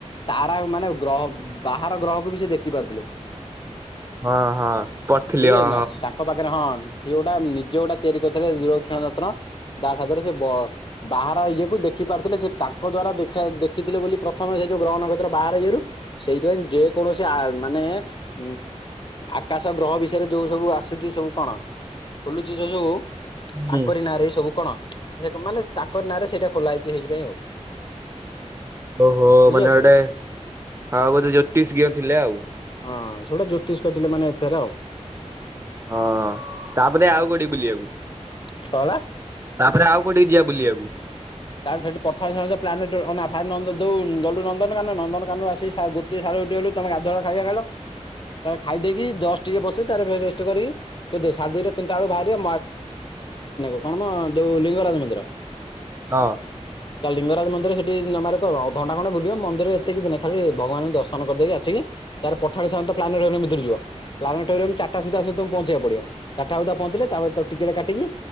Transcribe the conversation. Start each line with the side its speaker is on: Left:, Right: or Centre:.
Left: ତାରା ମାନେ ଗ୍ରହ ବାହାର ଗ୍ରହକୁ ବି ସେ ଦେଖି ପାରୁଥିଲେ।
Right: ହଁ ହଁ ପଢିଥିଲି
Left: ବୁଝି ପାରିଲୁ
Right: ହଁ
Left: ନା ସେ ତାଙ୍କ ପାଖରେ ହଁ ସିଏ ଗୋଟା ନିଜେ ଗୋଟା ତିଆରି କରିଥିଲେ ଦୂରବିକ୍ଷଣ ଯତ୍ନ ଯା ସାହାଯ୍ୟ ରେ ସିଏ ବାହାର ଇଏକୁ ଦେଖି ଦେଖି ପାରୁଥିଲେ ସେ ତାଙ୍କ ଦ୍ଵାରା ଦେଖା ଦେଖି ଥିଲେ ବୋଲି ପ୍ରଥମେ ସେ ଯୋଉ ଗ୍ରହ ନ କକ୍ଷତ୍ର ବାହାର ଈଏରୁ ସେଇଥିପାଇଁ ଯେକୌଣସି ଆ ମାନେ ଉ ଆକାଶ ଗ୍ରହ ବିଷୟରେ ଯୋଉ ସବୁ ଆସୁଛି ସବୁ କଣ ଖୋଲୁଛି ଯୋଉ ସବୁ
Right: ହଁ।
Left: ତାଙ୍କରି ନାଁରେ ଏଇ ସବୁ କଣ? ସେ ମାନେ ତାଙ୍କ ନାଁରେ ସେଇଟା ଖୋଲା ହେଇଛି ସେଇଥିପାଇଁ ଆଉ
Right: ଓହୋ
Left: ବୁଝିପାରୁଛୁ
Right: ମାନେ ଗୋଟେ
Left: ତ?
Right: ଆଉ ଗୋଟେ ଜ୍ୟୋତିଷଜ୍ଞ ଥିଲେ ଆଉ।
Left: ହଁ ସେଗୁଟା ଜ୍ୟୋତିଷ କରିଥିଲେ ମାନେ ଏଥରେ ଆଉ
Right: ହଁ ତାପରେ ଆଉ କୋଉଠି ବୁଲିବାକୁ।
Left: କଣ ହେଲା?
Right: ତାପରେ ଆଉ କୋଉଠିକି ଯିବା ବୁଲିବାକୁ?
Left: ତା ସେଠି ପଠାଣି ସାମନ୍ତ ପ୍ଲାନେଡୋରି ଅନା ତାପରେ ଯୋଉ ଗଲୁ ନନ୍ଦନକାନନ ନନ୍ଦନକାନନ ରୁ ଆସି ସା ଗୋଟଏ ସାଆ ଗୋଟେ ବେଳକୁ ତମେ ଗାଧୁଆ ଖାଇବା ଖାଇଲ। ତମେ ଖାଇଦେଇକି ଜଷ୍ଟ ଟିକେ ବସିକି ତାପରେ, ରେଷ୍ଟ କରିକି କେତେ ସାଢ଼େ ଦିଟା ତିନିଟା ବେଳକୁ ବାହାରିବା <unintelligible> <unintelligible> କଣ ନା ଯୋଉ ଲିଙ୍ଗରାଜ ମନ୍ଦିର।
Right: ହଁ।
Left: ତ ଲିଙ୍ଗରାଜ ମନ୍ଦିର ସେଠି ନ ମାରେ କଣ ହବ ଅଧଘଣ୍ଟା ଖଣ୍ଡେ ବୁଲିବ ମନ୍ଦିର ଏତେ କିଛି ନାଇଁ ଖାଲି ଭଗବାନଙ୍କୁ ଦର୍ଶନ କରିଦେଇକି ଆସିକି ତାପରେ ପଠାଣି ସାମନ୍ତ ପ୍ଲାନେଟୋରିଅମ୍ ଭିତରକୁ ଯିବ ପ୍ଲାନେଟୋରିୟମ ଚାରିଟା ସୁଧା ପହଞ୍ଚେଇବାକୁ ପଡିବ ଚାରିଟା ସୁଦ୍ଧା ପହଞ୍ଚିଲେ ତାପରେ ଟିକେଟ କାଟିକି